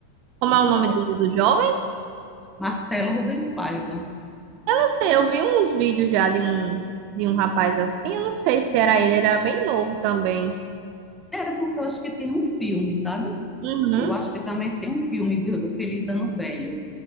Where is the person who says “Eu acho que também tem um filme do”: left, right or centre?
Centre